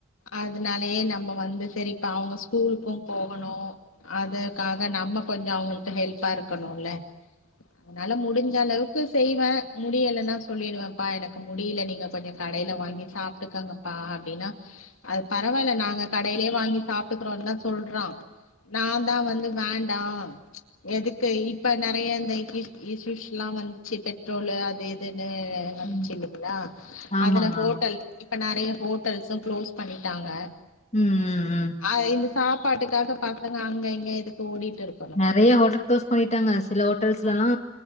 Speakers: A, on the left; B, on the left.
A: அதனாலயே நம்ம வந்து செரி இப்ப அவுங்க ஸ்கூலுக்கு போகணு அதுக்காக நம்ம கொஞ்சோ அவங்களுக்கு ஹெல்பா இருக்கணுல்ல என்னால முடிஞ்ச அளவுக்கு செய்வே முடியலனா சொல்லிடுவே ப்பா எனக்கு முடியல நீங்க கொஞ்ச கடையில வாங்கி சாப்டுக்கங்கப்பா அப்டின்னா அது பரவால்ல நாங்க கடையிலயே வாங்கி சாப்ட்டுக்கிறோன்னு தா சொல்றா நா தா வந்து வேண்டா எதுக்கு இப்ப நறைய இந்த கிஸ் இஸ்யூஸ்ஸுல்லா வந்துச்சு பெட்ரோலு அது இதுன்னு வந்துச்சி
B: ம்.
A: இல்லைங்களா
B: ஆமாங்க,
A: அதுல ஹோட்டல்
B: ஆமா.
A: இப்ப நறைய ஹோட்டல்ஸு குளோஸ் பண்ணிட்டாங்க
B: ம் ம்,
A: அ இந்த சாப்பாட்டுக்கா பசங்க அங்க எங்க எதுக்கு ஓடிட்டு இருக்கோ
B: நெறைய ஹோட்டல் க்ளோஸ் பண்ணிட்டாங்க சில ஹோட்டல்ஸ்ஸுலலா